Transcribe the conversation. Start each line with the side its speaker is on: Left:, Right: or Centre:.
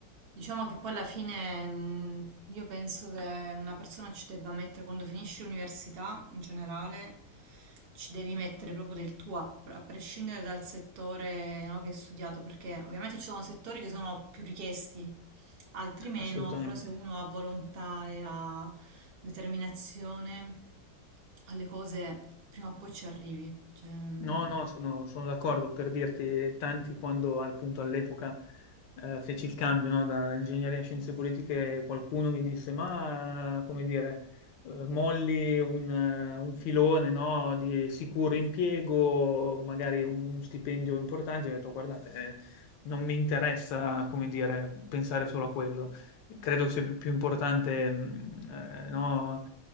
Right: Diciamo che poi alla fine mm, io penso che una persona ci debba mettere, quando finisci l'università in generale, ci devi mettere proprio del tuo, a, a prescindere dal settore, no, che hai studiato, perché ovviamente ci sono settori che sono più richiesti, altri meno,
Left: Assolutamente.
Right: però se uno ha volontà e ha determinazione alle cose, prima o poi ci arrivi. Cioè, mm,
Left: No, no, sono, sono d'accordo per dirti, tanti quando appunto all'epoca eh, feci il cambio no, da, da ingegneria a scienze politiche, qualcuno mi disse, ma come dire, eh, molli un, eh, un filone no, di sicuro impiego, magari un stipendio importante, Io ho detto, guardate, eh, non mi interessa, come dire, pensare solo a quello, credo sia più, più importante, mh, eh, no,